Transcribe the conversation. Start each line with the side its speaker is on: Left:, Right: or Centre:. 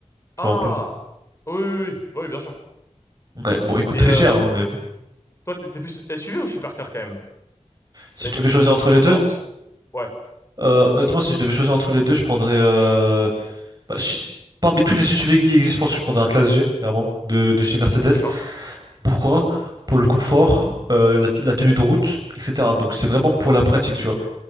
Right: tu
Left: Ah!
Right: vois un peu.
Left: Oui, oui, oui. Oui, Bah oui, bien sûr.
Right: Ouais, bon, il coûte
Left: Et
Right: très
Left: euh,
Right: cher, hein, mais bon.
Left: toi, t'es t'es plus SUV ou supercar, quand même?
Right: Si
Left: T'as
Right: je
Left: une,
Right: devais
Left: p-
Right: choisir
Left: une
Right: entre
Left: petite
Right: les
Left: préférence?
Right: deux,
Left: Ouais,
Right: euh, honnêtement, si je devais choisir entre les deux, je prendrais, euh, Bah, je- Parmi tous les SUV qui existent, je pense que je prendrais un classe G, clairement, de, de chez Mercedes.
Left: d'accord.
Right: Pourquoi? Pour le confort, euh, la, la tenue de route, etc. Donc c'est vraiment pour la pratique, tu vois.